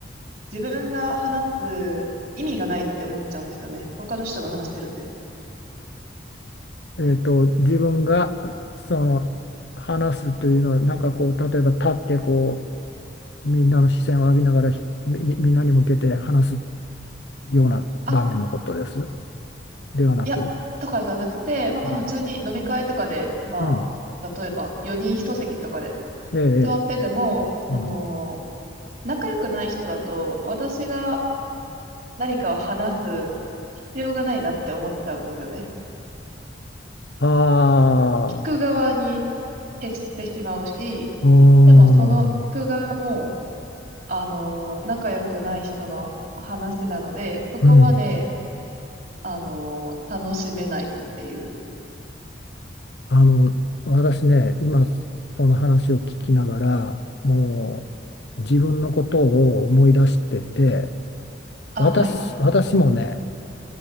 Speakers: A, on the right; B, on the left.
A: 自分が話す意味がないって思っちゃうんですよね。他の人が話してるんで。
B: ん、えっと、自分がその話すというのはなんかこう例えば立ってこうみんなの視線を浴びながらひみ、みんなに向けて話すような場面のことです。
A: あ、
B: ではなく。
A: いや、とかじゃなくて、まあ普通に飲み会とかで、
B: うん、
A: まあ、
B: うん。
A: 例えば4人一席とかで
B: ええ。ええ
A: 座ってても、その、
B: うん、
A: 仲良くない人だと、私が何かを話す必要がないなって思っちゃうんですよね。
B: あ
A: 聞く側に徹してしまうし、
B: あうーん。
A: でもその聞く側も、あの、仲良くない人の話なので、そこまで
B: うん
A: あの、楽しめないっていう。
B: あの、私ね、今その話を聞きながら、もう自分のことを思い出してて、
A: あ、
B: 私、
A: はい。
B: 私もね、